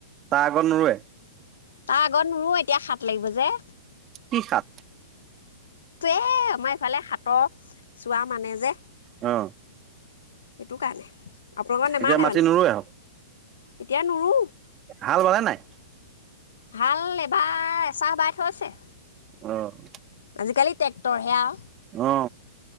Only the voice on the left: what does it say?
তাৰ আগত নোৰো এতিয়া, হাত লাগিব যে।
তে আমাৰ ইফালে হাতৰ চোৱা মানে যে।
সেইটো কাৰণে। আপোনালোকৰ নেমানে
মানে
এতিয়া নোৰো
হাল এবাৰ এচাহ বাই থৈছে।
আজিকালি ট্ৰেক্টৰ হে আও।